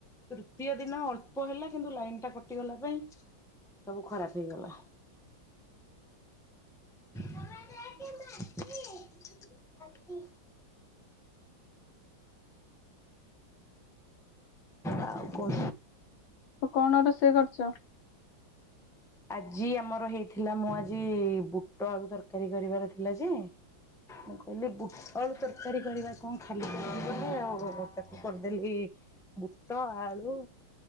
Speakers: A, in the centre; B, on the left (about 75°).
A: ତୃତୀୟ ଦିନ ଅଳ୍ପ ହେଲା, କିନ୍ତୁ ଲାଇନ୍ ଟା କଟିଗଲା ପାଇଁ ସବୁ ଖରାପ ହେଇଗଲା। ମାମା ଦେଖିଲୁ <unintelligible> ହାତୀ ଆଉ କଣ?
B: ଆଉ କଣ ରୋଷେଇ କରିଚ?
A: ଆଜି ଆମର ହେଇଥିଲା ମୁଁ ଆଜି ବୁଟ ଆଳୁ ତରକାରୀ କରିବାର ଥିଲା ଯେ ମୁଁ କହିଲି ବୁଟ ଆଳୁ ତରକାରୀ କରିବା କଣ ଖାଲି ଖାଲି ବୋଲି ଆଉ, ତାକୁ କରିଦେଲି ବୁଟ, ଆଳୁ,